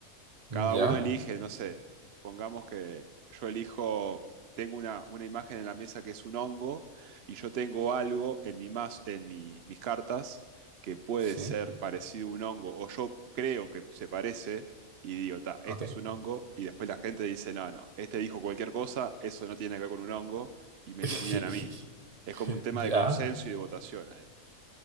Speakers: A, on the right (about 60°); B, on the right (about 30°).
A: cada
B: Mm, ¿Ya?
A: uno elige, no sé, pongamos que yo elijo, tengo una, una imagen en la mesa que es un hongo y yo tengo algo en, mi mas- en mi- mis cartas que puede
B: Sí,
A: ser parecido a un hongo o yo creo que se parece y digo, ta,
B: ok.
A: esto es un hongo y después la gente dice, no, no, este dijo cualquier cosa, eso no tiene que ver con un hongo y me
B: <laughs>
A: eliminan a mí. Es como un tema
B: Ya,
A: de consenso y de votación ahí.